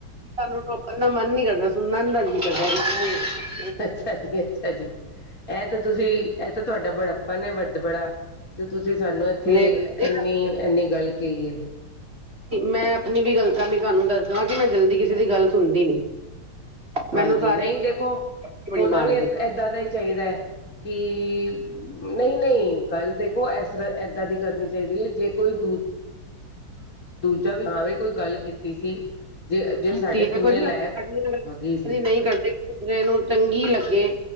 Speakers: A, on the right (about 30°); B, on the left (about 40°).
A: ਸਾਨੂੰ ਰੋਕਣ ਦਾ ਮਨ ਨੀ ਕਰਦਾ ਸੁਣਨਾ <unintelligible>
B: ਅੱਛਾ ਜੀ ਅੱਛਾ ਜੀ, ਇਹ ਤਾਂ ਤੁਸੀਂ ਇਹ ਤਾਂ ਤੁਹਾਡਾ ਬੜਾਪਣ ਐ ਵਰਦਬੜਾ ਜੋ ਤੁਸੀਂ ਸਾਨੂੰ ਉੱਥੇ
A: ਨਹੀਂ
B: ਇੰਨੀ ਇੰਨੀ ਗੱਲ ਕਹੀ ਐ।
A: ਮੈਂ ਆਪਣੀ ਵੀ ਗੱਲ ਤਾਂ ਵੀ ਤੁਹਾਨੂੰ ਦੱਸ ਦੇਵਾਂ ਕਿ ਮੈਂ ਜਲਦੀ ਕਿਸੇ ਦੀ ਗੱਲ ਸੁਣਦੀ ਨੀ।
B: ਹਾਂਜੀ,
A: ਮੈਨੂੰ ਸਾਰੇ
B: ਨਹੀਂ ਦੇਖੋ
A: ਬੜੀ
B: ਹੋਣਾ
A: ਮਾਰਦੇ
B: ਵੀ ਏਦਾਂ ਦਾ ਹੀ ਚਾਹੀਦਾ ਕਿ ਨਹੀਂ-ਨਹੀਂ, ਗੱਲ ਦੇਖੋ ਇਸ ਤਰ੍ਹਾਂ ਏਦਾਂ ਦੀ ਕਰਨੀ ਚਾਹੀਦੀ ਹੈ ਜੇ ਕੋਈ ਦੂਜ ਦੂਜਾ ਵੀ ਹਾਂ ਵੀ ਕੋਈ ਗੱਲ ਕੀਤੀ ਸੀ। ਜੇ ਜੇ
A: ਕੀਤੀ
B: ਸਾਡੇ ਸੁਣਨੇ
A: ਦੇਖੋ <unintelligible>
B: ਲਾਇਕ ਹੈਗੀ ਸੀ
A: ਨਹੀਂ ਕਰਦੇ ਦੂਜੇ ਨੂੰ ਚੰਗੀ ਲੱਗੇ।